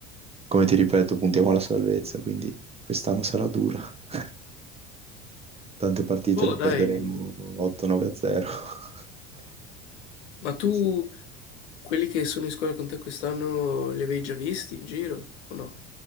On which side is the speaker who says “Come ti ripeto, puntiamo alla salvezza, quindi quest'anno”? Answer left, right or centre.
Right